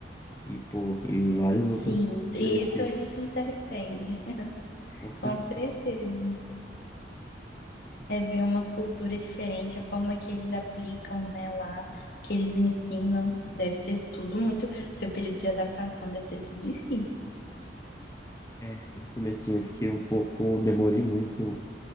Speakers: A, on the left; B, on the left.
A: E, pô, e vários
B: Sim,
A: outros
B: isso
A: benefícios,
B: a gente não se arrepende, <laughs>
A: com certeza.
B: com certeza. É ver uma cultura diferente, a forma que eles aplicam, né, lá, que eles ensinam, deve ser tudo muito. Seu período de adaptação deve ter sido difícil.
A: É, no comecinho eu fiquei um pouco, demorei muito